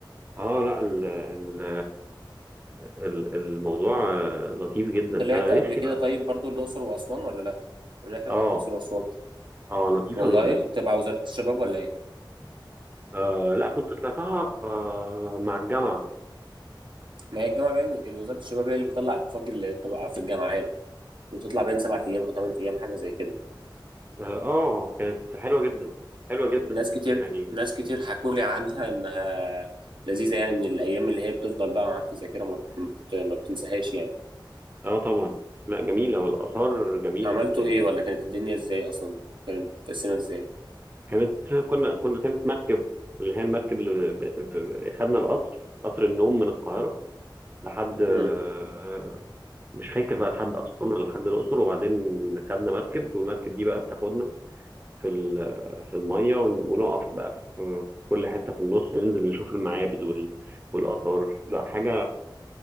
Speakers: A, on the right; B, on the right.
A: اه لا ال ال ال الموضوع لطيف جدا
B: طلعت
A: انا
B: قبل
A: نفسي
B: كده
A: بقى
B: طيب برضو الاقصر واسوان ولا لا الرحله
A: اه
B: بتاعت الاقصر واسوان
A: اه لطيفة
B: والله
A: جدا
B: تبع وزاره الشباب ولا ايه
A: آه لا كنت طلعتها آه مع الجامعة
B: ما هي الجامعه باين وزاره الشباب هي اللي بتطلع الافاق اللي بتبقى في الجامعات وتطلع باين سبع ايام او ثمان ايام حاجه زي كده
A: اه آه، كانت حلوة جدا حلوة جدا
B: ناس كتير
A: يعني
B: ناس كتير حكوا لي عنها انها لذيذه يعني من الايام اللي هي بتفضل بقى معاك في الذاكره ما بت- ما بت- ما بتنساهاش يعني
A: اه طبعا لا جميلة والآثار جميلة
B: عملتوا
A: يعني
B: ايه ولا كانت الدنيا ازاي اصلا كانت متقسمه ازاي
A: كانت كنا كنا كانت مركب اللي هي المركب اللي ب... ب... ب- خدنا القطر قطر النوم من القاهرة لحد آه،
B: امم
A: مش فاكر بقى لحد أسوان ولا لحد الأقصر وبعدين خدنا مركب والمركب دي بقى بتاخدنا في ال... في المية ون... ونقف بقى في في كل حتة في النص ننزل نشوف المعابد وال... والآثار لا حاجة